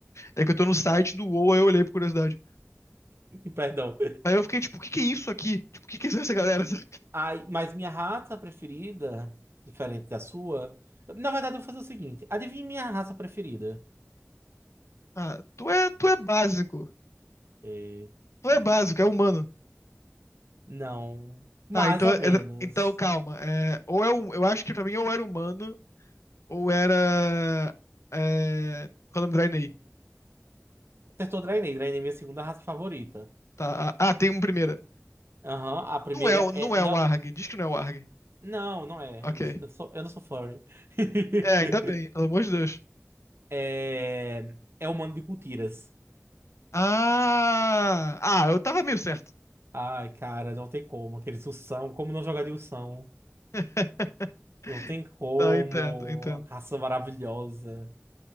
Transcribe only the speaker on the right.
<laughs> Perdão.
Ai, mas minha raça preferida, diferente da sua. Na verdade, eu vou fazer o seguinte: adivinha minha raça preferida?
Eita.
Não. Mais
ou
menos.
Acertou Draenei. Draenei é minha segunda raça favorita.
Aham, a primeira
é.
Não,
não, não é.
Eu não sou, eu não sou eu não sou furry. <laughs>
É. É humano de cultiras.
Ai, cara, não tem como. Aqueles Ursão, como não jogar de Ursão?
Não tem como.
A caça maravilhosa.